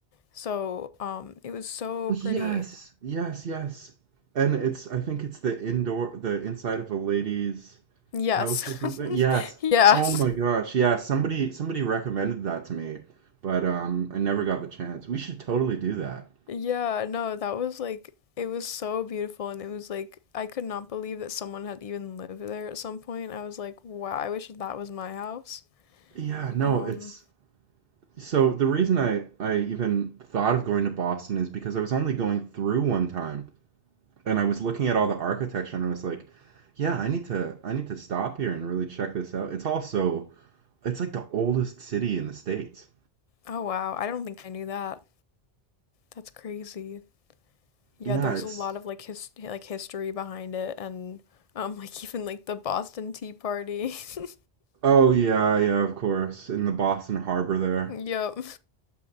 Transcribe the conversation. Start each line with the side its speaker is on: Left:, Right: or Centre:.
Left: So um it was so
Right: Yes,
Left: pretty.
Right: yes, yes. And it's I think it's the indoor the inside of a lady's
Left: Yes.
Right: house or something. Yes.
Left: <laughs> Yes.
Right: Oh my gosh, yeah, somebody somebody recommended that to me, but um I never got the chance. We should totally do that.
Left: Yeah, no, that was like it was so beautiful and it was like I could not believe that someone had even lived there at some point. I was like, wow, I wish that was my house.
Right: Yeah, no,
Left: Um
Right: it's so the reason I I even thought of going to Boston is because I was only going through one time. and I was looking at all the architecture and I was like, yeah, I need to I need to stop here and really check this out. It's also it's like the oldest city in the States.
Left: Oh wow, I don't think I knew that. That's crazy. Yeah,
Right: Yeah,
Left: there's
Right: it's
Left: a lot of like his like history behind it and um <laughs> like even like the Boston Tea Party. <laughs>
Right: oh yeah, yeah, of course, in the Boston Harbor there.
Left: Yep.